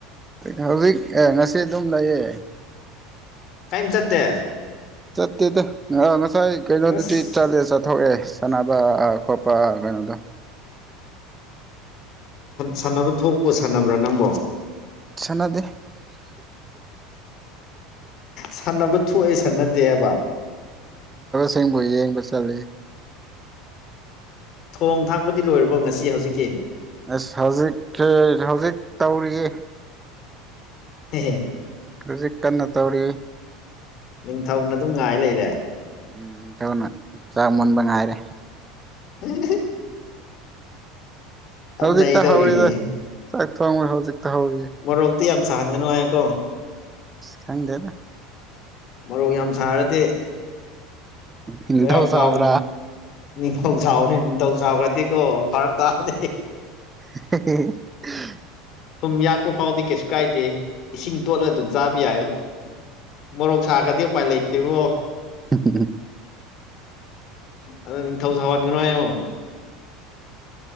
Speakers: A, on the right (about 15°); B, on the left (about 50°).
A: ꯍꯧꯖꯤꯛ ꯉꯁꯤ ꯑꯗꯨꯝ ꯂꯩꯌꯦ
B: ꯀꯩꯝ ꯆꯠꯇꯦ
A: ꯆꯠꯇꯦꯗ ꯉꯁꯥꯏ ꯀꯩꯅꯣꯗꯗꯤ
B: ꯑꯁ
A: ꯆꯠꯂꯦ ꯆꯠꯊꯣꯛꯑꯦ ꯁꯥꯟꯅꯕ ꯈꯣꯠꯄ ꯀꯩꯅꯣꯗꯣ
B: ꯁꯥꯟꯅꯕ ꯊꯣꯛꯄ ꯁꯥꯟꯅꯕ꯭ꯔꯥ ꯅꯪꯕꯣ
A: ꯁꯥꯟꯅꯗꯦ
B: ꯁꯥꯟꯅꯕ ꯊꯣꯛꯑꯦ ꯁꯥꯟꯅꯗꯦꯕ
A: ꯆꯁꯤꯡꯕꯨ ꯌꯦꯡꯕ ꯆꯠ
B: ꯊꯣꯡ ꯊꯥꯛꯄꯗꯤ ꯂꯣꯏꯔꯕꯣ ꯉꯁꯤ ꯍꯧꯖꯤꯛꯀꯤ
A: ꯑꯁ ꯍꯧꯖꯤꯛꯦ ꯍꯧꯖꯤꯛ ꯇꯧꯔꯤꯌꯦ
B: ꯍꯝ
A: ꯍꯧꯖꯤꯛ ꯀꯟꯅ ꯇꯧꯔꯤ
B: ꯅꯤꯡꯊꯧꯅ ꯑꯗꯨꯝ ꯉꯥꯏ ꯂꯩꯔꯦ
A: ꯎꯝ ꯏ ꯊꯧꯅ ꯆꯥꯛ ꯃꯨꯟꯕ ꯉꯥꯏꯔꯦ
B: ꯎꯝ
A: ꯍꯧꯖꯤꯛꯇ
B: ꯅꯩꯗꯧꯔꯤꯅꯦ
A: ꯍꯧꯥꯎꯔꯤꯗ ꯆꯥꯛ ꯊꯣꯡꯉ ꯍꯧꯖꯤꯛꯇ ꯍꯧꯥꯎꯔꯤ
B: ꯃꯣꯔꯣꯛꯇꯤ ꯌꯥꯝ ꯁꯥꯍꯟꯒꯅꯨ ꯍꯥꯏꯀꯣ
A: ꯈꯪꯗꯦꯗ
B: ꯃꯔꯣꯛ ꯌꯥꯝ ꯁꯥꯔꯗꯤ
A: ꯏ
B: ꯕꯦꯔꯥ
A: ꯊꯥꯎ
B: ꯌꯥꯝ
A: ꯆꯕ꯭ꯔꯥ
B: ꯀꯥꯕꯅꯤ ꯅꯤꯡꯊꯧ ꯁꯥꯎꯅꯤ ꯅꯤꯡꯊꯧ ꯁꯥꯎꯒꯗꯤꯀꯣ ꯐꯔꯛ ꯇꯥꯗꯦ
A: <unintelligible>
B: ꯁꯨꯝ ꯌꯥꯛꯄ ꯐꯥꯎꯗꯤ ꯀꯩꯁꯨ ꯀꯥꯏꯗꯦ ꯏꯁꯤꯡ ꯇꯣꯠꯂꯒ ꯑꯗꯨꯝ ꯆꯥꯕ ꯌꯥꯏ ꯃꯣꯔꯣꯛ ꯁꯥꯒꯗꯤ ꯎꯄꯥꯏ ꯂꯩꯇꯦꯕꯣ
A: ꯎꯝ
B: ꯑꯗ ꯅꯤꯡꯊꯧ ꯁꯍꯟꯒꯅꯨ ꯍꯥꯏꯌꯣ